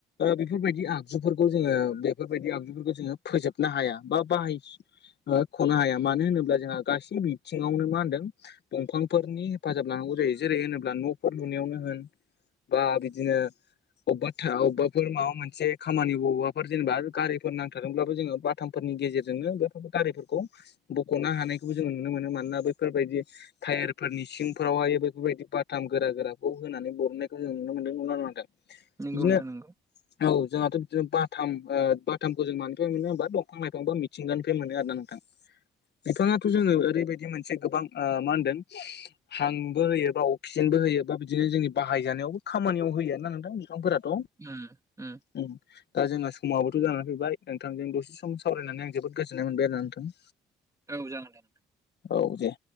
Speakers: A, on the left; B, on the right.
A: बेफोरबायदि आगजुफोरखौ जोङो बेफोरबायदि आगजुफोरखौ जोङो फोजोबनो हाया बा बाहाय खनो हाया मानो होनोब्ला जोंहा गासै बिथिङावनो मा होनदों दंफांफोरनि हेफाजाब लानांगौ जायो जेरै होनोब्ला न'फोर लुनायावनो होन बा बिदिनो अबेबा थ अबाफोर माबा मोनसे खामानि बबेबाफोर जेनेबा गारिफोर नांथारादोंब्लाबो जो ब दुथांफोरनि गेजेरजोंनो बेफोर गारिफोरखौ बख'नो हानायखौबो जोङो नुनो मोनो मानोना बैफोरबायदि टायारफोरनिसिम फोरावहाय बेफोरबायदि बाथाम गोरा गोराखौ होनानै बरहनायखौ जों नुनो मोनदों नुनो न मोन्दों
B: नंगौ
A: बिदिनो
B: नोंथां नंगौ
A: औ जोंहाथ' बिदिनो बाथाम बाथामखौ जों मानि मोनो हबा दंफां लाइफां बा सििगनिफ्राय मोनो आर ना नोंथां बिफाङाथ' जोङो ओरैबायदि मोनसे गोबां मा होनदों हांबो होयोबा अक्सिजेनबो होयो बा बिदिनो जोंनि बाहायजानायावबो खामानियाव होय ना नोंथां बिफांफोराथ'
B: <unintelligible>
A: उ दा जोंना समाबोथ' जानानै फैबाय नोंथांजों दसे सम सावरायनानै आं जोबोद गोजोननाय मोनबाय आरोा नोंथां
B: औ जागोन जागोन
A: औ दे